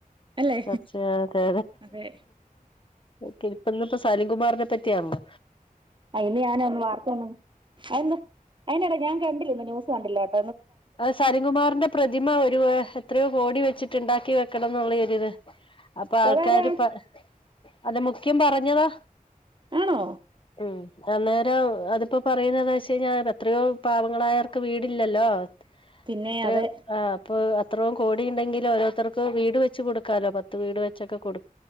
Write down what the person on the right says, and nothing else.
അല്ലെ
അതെ
അ യ്ന് ഞാനൊന്ന് വാർത്ത ഒന്നാ അയിന്ട ഞാൻ കണ്ടില്ലന്ന് ന്യൂസ് കണ്ടില്ലന്നു
ഓളാരാ
ആണോ
പിന്നെ
അതെ